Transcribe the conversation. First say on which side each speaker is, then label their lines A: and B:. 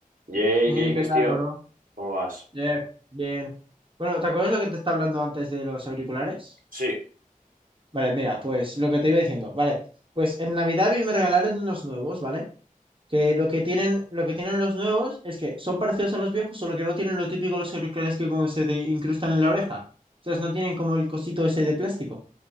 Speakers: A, on the right; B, on the right.
A: Yay,
B: Hey,
A: ¿qué dices,
B: ¿qué tal,
A: tío?
B: bro?
A: ¿Cómo vas?
B: Yeah, bien. Bueno, ¿te acuerdas lo que te estaba hablando antes de los auriculares?
A: Sí,
B: Vale, mira, pues lo que te iba diciendo, vale. Pues en Navidad a mí me regalaron unos nuevos, ¿vale? Que lo que tienen, lo que tienen los nuevos es que son parecidos a los viejos, solo que no tienen lo típico los auriculares que como se te incrustan en la oreja. O sea, no tienen como el cosito ese de plástico.